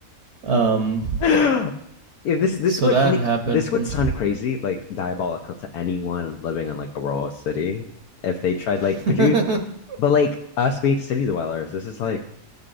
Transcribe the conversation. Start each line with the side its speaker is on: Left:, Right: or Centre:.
Right: um
Left: <gasps> Yeah, this this
Right: so
Left: would
Right: that
Left: like
Right: happened
Left: this would sound crazy, like diabolical to anyone living in like a rural city. If they tried,
Right: <laughs>
Left: like, could you? But like us being city dwellers, this is like